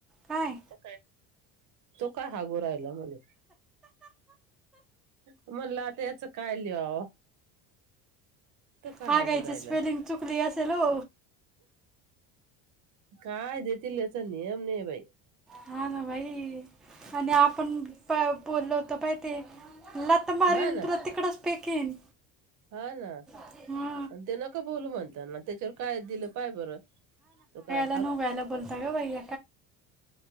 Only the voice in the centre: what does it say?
काय?
हागायची
स्पेलिंग चुकली असेल हो.
हा ना भाई. आणि आपण <unintelligible> लाता मारिन
तुला तिकडच फेकीन.
हा
<unintelligible> ओ त्या